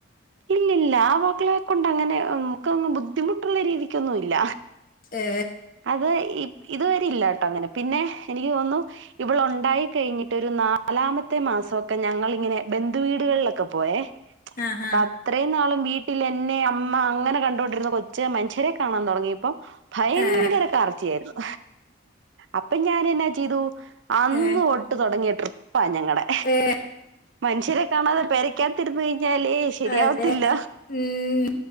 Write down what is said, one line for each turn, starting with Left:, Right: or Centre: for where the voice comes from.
Right: ഇല്ലല്ല, ആ മക്കളെ കൊണ്ട് അങ്ങനെ ഉം. ക്കൊന്ന് ബുദ്ധിമു ഇള്ള രീതിക്കൊന്നും ഇല്ല.
Left: ഏ
Right: അത് ഇ ഇതുവരെ ഇല്ലാട്ടോ അങ്ങനെ. പിന്നെ എനിക്ക് തോന്നുന്നു ഇവൾ ഒണ്ടായി കഴിഞ്ഞിട്ട് ഒരു നാലാമത്തെ മാസൊക്കെ ഞങ്ങളിങ്ങനെ ബന്ധുവീടുകളിലൊക്കെ പോയേ.
Left: ആഹാ
Right: അപ്പൊ അത്രയും നാളും വീ ട്ടിൽ എന്നെ അമ്മ അങ്ങനെ കണ്ടോണ്ടിരുന്ന കൊ ച്ച് മനുഷ്യരെ കാണാൻ തൊടങ്ങിയപ്പോ, ഭയങ്കര
Left: ഏ
Right: കാർച്ച ആയിരുന്നു അപ്പൊ ഞാനെന്നാ ട്ടിതൂ അന്ന്
Left: ഏ
Right: ഒട്ട് തൊടങ്ങിയ ട്രീ പ്പാ ഞങ്ങടെ
Left: ഏ
Right: മനുഷ്യരെ കാണാതെ പെര ക്കകത്തിര്ന്നെ ഞാലേ ശരിയാവത്തില്ല
Left: അതെ ഉം